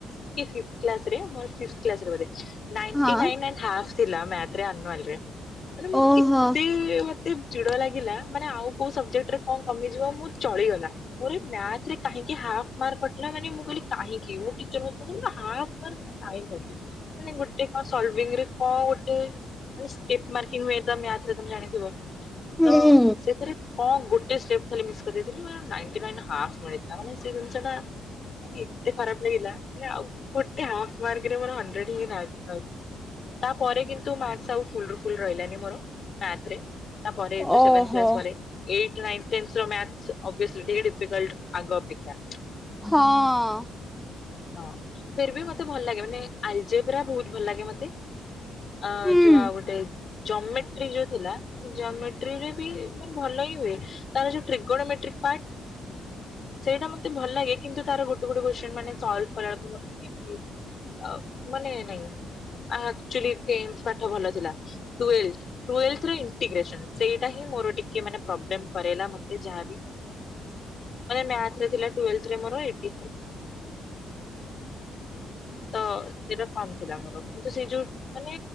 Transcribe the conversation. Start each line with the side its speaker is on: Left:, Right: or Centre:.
Left: <unintelligible> ନାଇଣ୍ଟି
Centre: ହଁ
Left: ନାଇନ୍ ଆଣ୍ଡ ହାଫ୍ ଥିଲା ମ୍ୟାଥରେ ଆନୁଆଲରେ ମାନେ ମୁଁ
Centre: ଓହୋ
Left: ଏତେ ମତେ ଚିଡା ଲାଗିଲା ମାନେ ଆଉ କୋଉ ସବଜେକ୍ଟରେ କଣ କମିଯିବ ମୁଁ ଚଳିଗଲା। ମୋର ମ୍ୟାଥରେ କାହିଁକି ହାଫ ମାର୍କ କଟିଲା ମାନେ ମୁଁ କହିଲି କାହିଁକି ମୁଁ ଟିଚର ମ <unintelligible> ମାନେ ଗୋଟେ କଣ ସଲଭିଙ୍ଗରେ କଣ ଗୋଟେ। ଷ୍ଟେପ ମାର୍କି ହୁଏ ତ ମ୍ୟାଥରେ ତମେ ଜାଣିଥିବ?
Centre: ହୁଁ।
Left: ତ ସେଥିରେ କଣ ଗୋଟେ ଷ୍ଟେପ୍ ଖାଲି ମିସ୍ କରିଦେଇଥିଲି। ସେଇଥିପାଇଁ ହାପ ମିଳିଥିଲା ମାନେ ସେ ଜିନିଷଟା ଏତେ ଖରାପ ଲାଗିଲା ଆଉ ଗୋଟେ ହାପ ମାର୍କରେ ମୋର ହଣ୍ଡ୍ରେଡ ହେଇଥାନ୍ତା। ତାପରେ କିନ୍ତୁ ମାର୍କ ସବୁ ଫୁଲ ରୁ ଫୁଲ ରହିଲାନି ମୋର ମ୍ୟାଥ୍ ରେ। ପରେ ସେଭେନ୍ଥ
Centre: ଓହୋ।
Left: କ୍ଲାସ ପରେ ଏଇଟ୍, ନାଇଁନ, ଟେନ୍ଥର ମ୍ୟାଥ ଅବିଓସଲି। ଟିକେ ଡିଫିକଲଟ୍ ଆଗ ଅପେକ୍ଷା।
Centre: ହଁ।
Left: ହଁ ଫେର ବି ମତେ ଭଲ ଲାଗେ ମାନେ ଆଲଜେବ୍ରା ବହୁତ ଭଲ ଲାଗେ ମତେ। ଅ
Centre: ହୁଁ।
Left: ଯୋଉ ଆଉ ଗୋଟେ ଜମେଟ୍ରି ଯୋଉ ଥିଲା ସେ ଜମେଟ୍ରିରେ ବି ମୋର ଭଲ ହିଁ ହୁଏ। ତାର ଯୋଉ ଟ୍ରିଗୋନୋମେଟ୍ରିକ ପାର୍ଟ। ସେଇଟା ମତେ ଭଲ ଲାଗେ କିନ୍ତୁ ତାର ଗୋଟେ ଗୋଟ କୋତ୍ସିନ୍ ମାନେ ସଲଭ୍ କରାଳକୁ ମୋର ଟିକେ ଏମତି ଅ ମାନେ ନାଇଁ ଆକଚୁଆଲି ଟେନ୍ଥ ପାଠ ଭଲ ଥିଲା ଟ ଟୁୱେଲ୍ଥ ରେ ଇଣ୍ଟିଗ୍ରେସନ ସେଇଟା ହିଁ ମୋର ଟିକେ ମାନେ ପ୍ରବ୍ଲେମ କରେଇଲା ମତେ ଯାହାବି। ମାନେ ମ୍ୟାଥରେ ଥିଲା ଟୁଏଲ୍ଥରେ ମୋର ଏଇଟ୍ ଫାଇଭ। ତ ସେଇଟା କମ ଥିଲା ମୋର କିନ୍ତୁ ସେଇ ଯୋଉ ମାନେ